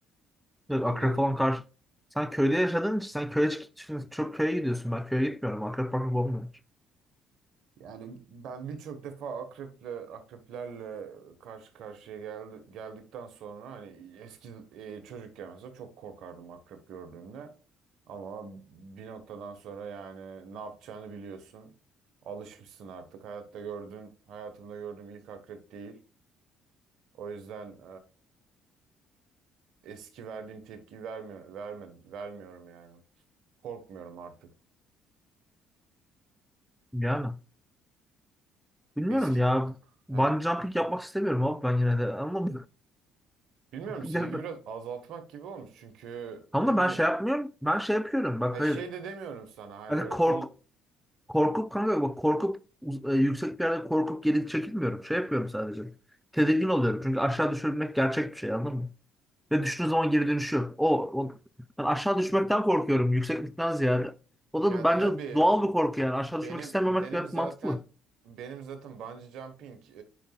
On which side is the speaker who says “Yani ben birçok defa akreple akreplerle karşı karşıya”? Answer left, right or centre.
Right